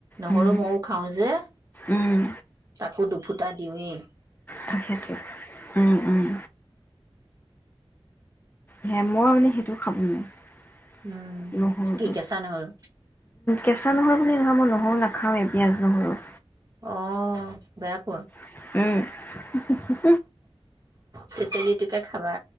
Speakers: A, on the right (about 35°); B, on the left (about 20°).
A: নহৰু
B: উম।
A: মইও খাওঁ যে।
B: উম
A: তাকো দুফুটা দিওঁৱে।
B: তাকেটো, উম- উম। সেই মই মানে সেইটো খাব নোৱাৰোঁ,
A: উম।
B: নহৰু
A: কি
B: টো।
A: কেঁচা নহৰু
B: কেঁচা নহৰু বুলি নহয়, মই নহৰু নাখাওঁৱেই পিঁয়াজ নহৰু।
A: অ, বেয়া পোৱা?
B: উম।
A: তেতেলিটোকে খাবা।